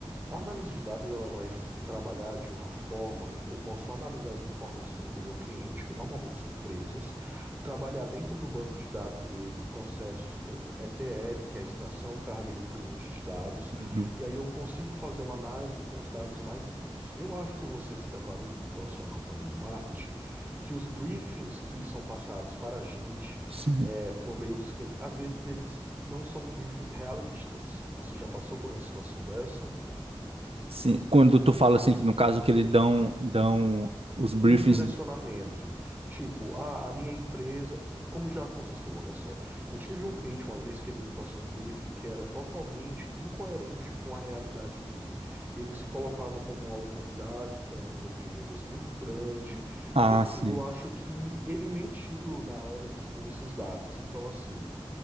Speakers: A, on the right (about 20°); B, on the right (about 75°).
A: A análise de dados ela vai f- trabalhar de uma forma em que eu posso analisar as informações do meu cliente, que normalmente são empresas, trabalhar dentro do banco de dados dele processos como ETL, que é a extração, carga e upload de dados,
B: Uhum.
A: e aí eu consigo fazer uma análise com os dados mais limpos. Eu acho que você se deparou como profissional também do marketing, que os briefings que são passados para a gente
B: Sim.
A: é, por meio dos clientes, às vezes eles não são briefings realistas. Você já passou por uma situação dessa?
B: Sim. Quando tu fala assim, que no caso que eles dão, dão os briefings,
A: um direcionamento. Tipo, ah, a minha empresa. Como já aconteceu, olha só. Eu tive um cliente uma vez que ele me passou um briefing que era totalmente incoerente com a realidade dele. Ele se colocava como uma autoridade, com um número de vendas muito grande.
B: ah,
A: Enfim,
B: sim,
A: eu acho que ele mentiu na hora de expor os seus dados. Então, assim.